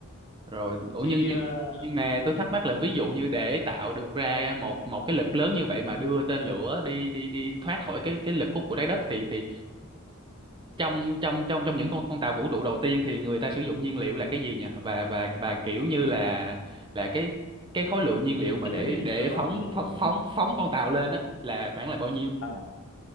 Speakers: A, on the right; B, on the left.
A: rồi ủa
B: thì
A: nhưng nhưng
B: ờ,
A: nhưng mà tôi thắc mắc là ví dụ như để tạo được ra một một cái lực lớn như vậy mà đưa tên lửa đi đi đi thoát khỏi cái cái lực hút của trái đất thì thì trong trong trong trong những con con tàu vũ trụ đầu tiên thì người ta sử dụng nhiên liệu là cái gì nhỉ và và và kiểu như là là cái cái khối lượng nhiên liệu mà để
B: nguyên lý
A: để
B: đúng không?
A: phóng
B: Ừ.
A: phóng phóng phóng con tàu lên á là khoảng là bao nhiêu
B: À,